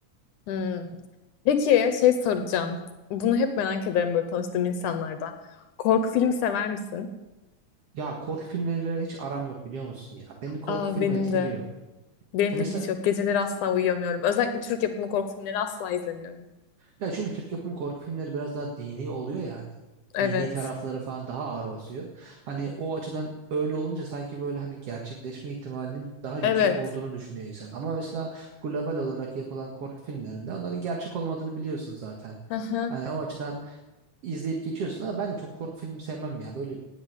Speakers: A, on the left; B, on the right.
A: hı. Peki, şey soracağım. Bunu hep merak ederim böyle tanıştığım insanlarda. Korku filmi sever misin?
B: Ya korku filmleriyle hiç aram yok biliyor musun ya? Beni korku
A: Aa,
B: filmi
A: benim
B: etkiliyor.
A: de. Benim
B: Ya
A: de
B: Mesela
A: hiç yok. Geceleri asla uyuyamıyorum. Özellikle Türk yapımı korku filmleri asla izlemiyorum.
B: Ya çünkü Türk yapımı korku filmleri biraz daha dini oluyor yani.
A: Evet.
B: Dini tarafları falan daha ağır basıyor. Hani o açıdan öyle olunca sanki böyle hani gerçekleşme ihtimalinin daha yüksek
A: Evet.
B: olduğunu düşünüyor insan. Ama mesela global olarak yapılan korku filmlerinde onların gerçek olmadığını biliyorsun zaten.
A: Hı hı.
B: Hani o açıdan izleyip geçiyorsun ama ben de çok korku filmi sevmem ya. Böyle